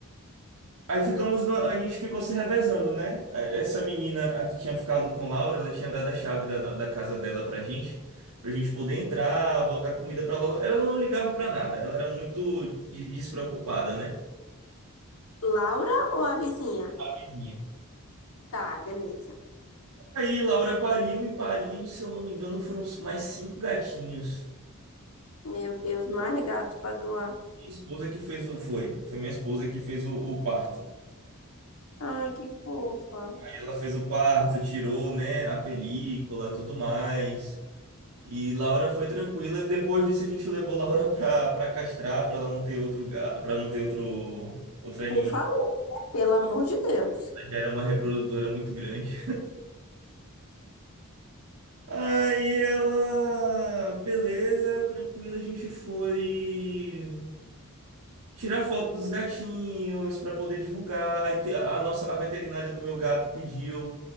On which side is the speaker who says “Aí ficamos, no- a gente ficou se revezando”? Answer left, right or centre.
Right